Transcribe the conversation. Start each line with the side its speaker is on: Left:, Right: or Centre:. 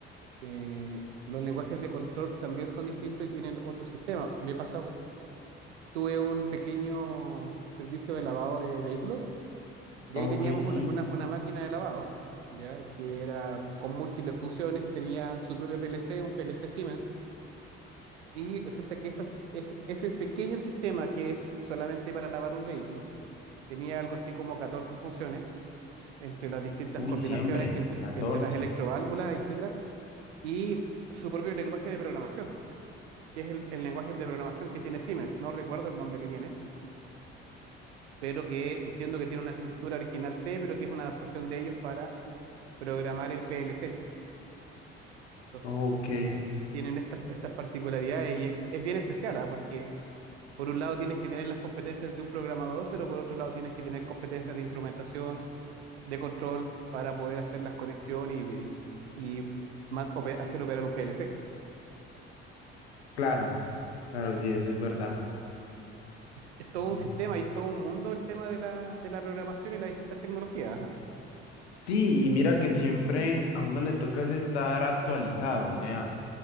Right: eh, los lenguajes de control también son distintos y tienen otro sistema. Me pasa, tuve un pequeño servicio de lavado de vehículos Y
Left: Ok,
Right: ahí teníamos
Left: sí.
Right: una, una- una máquina de lavado, ¿ya? Que era con múltiples funciones, tenía su propio PLC, un PLC Siemens, y resulta que esas- ese, ese pequeño sistema que es solamente para lavar un vehículo, tenía algo así como 14 funciones entre las distintas
Left: Uy,
Right: coordinaciones,
Left: siempre.
Right: entre,
Left: 14.
Right: entre las electroválvulas, etcétera, y su propio lenguaje de programación, que es el, el lenguaje de programación que tiene Siemens, no recuerdo el nombre que tiene, pero que entiendo que tiene una estructura original C, pero que es una adaptación de ellos para programar el PLC. Entonces
Left: Ok.
Right: tienen estas, estas particularidades y es, es bien especial, ¿ah? Porque por un lado tienes que tener las competencias de un programador, pero por otro lado tienes que tener competencias de instrumentación, de control, para poder hacer las conexiones y, y ma- ope- hacer operar un PLC.
Left: Claro, claro, sí, eso es verdad.
Right: Es todo
Left: Mm.
Right: un sistema y es todo un mundo el tema de la, de la programación y las distintas tecnologías. ajá.
Left: Sí, y mira que siempre a uno le toca es estar actualizado, o sea,